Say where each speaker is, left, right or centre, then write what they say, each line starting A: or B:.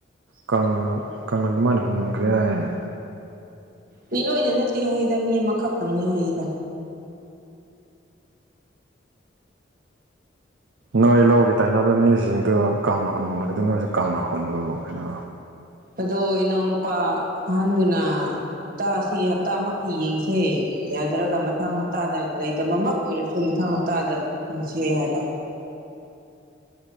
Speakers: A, on the right; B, on the right.
A: ꯀꯪꯅ ꯀꯪꯅ ꯑꯗꯨꯃꯥꯏꯅ ꯍꯨꯟꯈ꯭ꯔꯦ ꯍꯥꯏꯅꯦ
B: ꯃꯤ ꯂꯣꯏꯅ ꯅꯠꯇꯦ ꯍꯥꯏꯗ ꯃꯤ ꯑꯃꯈꯛꯇꯪꯅꯦ ꯍꯥꯏꯗ
A: ꯅꯣꯏ ꯂꯧꯒꯤ ꯇꯥꯏꯅꯕ ꯃꯤꯁꯤꯡꯗꯨ ꯀꯪꯅ ꯍꯨꯟꯒ꯭ꯔꯗꯤ ꯅꯣꯏꯁꯨ ꯀꯪꯅ ꯍꯨꯜꯂꯨ ꯀꯩꯅꯣ
B: ꯑꯗꯣ ꯏꯅꯥꯎꯅꯨꯄꯥ ꯑꯍꯟꯗꯨꯅ ꯍꯞꯇꯥ ꯑꯁꯤ ꯍꯞꯇꯥꯃꯛꯇꯤ ꯌꯦꯡꯁꯦ ꯌꯥꯗ꯭ꯔꯒ ꯃꯊꯪ ꯍꯞꯇꯥꯗ ꯂꯩꯇꯕꯃꯛ ꯑꯣꯏꯔꯁꯨ ꯃꯊꯪ ꯍꯞꯇꯥꯗ ꯍꯟꯁꯦ ꯍꯥꯏꯕ <inaudible>